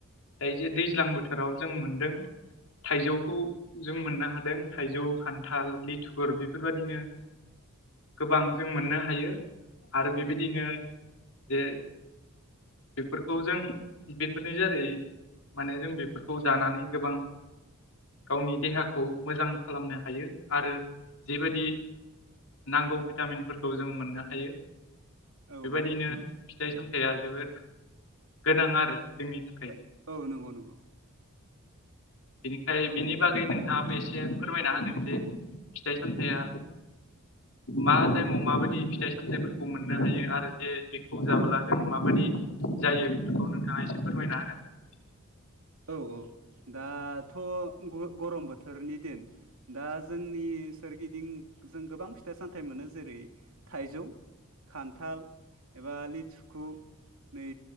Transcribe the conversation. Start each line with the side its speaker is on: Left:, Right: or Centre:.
Left: ओइ जो दैज्लां बोथोराव जों मोनदों थाइजौखौ जों मोननो हादों थाइजौ खान्थाल लिथुगुर बेफोरबायदिनो गोबां जों मोननो हायो आरो
Right: औ
Left: बेबायदिनो
Right: औ
Left: जे बेफोरखौ जों बेफोरनि जारै माने जों बेफोरखौ जानानै गोबां गावनि देहाखौ मोजां खालामनो हायो आरो जेबादि नांगौ भिटामिनफोरखौ जों मोननो हायो
Right: औ
Left: बेबायदिनो फिथाइ सामथाया जोबोद गोनां आरो जोंनि थाखाय
Right: औ औ नोंगौ नोंगौ
Left: बेनिखाय बेनि बागै नोंथाङाबो एसे फोरमायना होगोन जे फिथाइ सामथाया मा टाइमाव माबायदि फिथाइ सामथाइफोरखौ मोननो हायो आरो जे बेखौ जाबोला जों माबायदि जायो बेफोरखौ नोंथाङा एसे फोरमायना होगोन
Right: अ दाथ ग गरम बोथोरनि दिन दा जोंनि सोरगि गिदिं जों गोबां फिथाइ सामथाइ मोनो जेरै थाइजौ खान्थाल एबा लिथुखु नै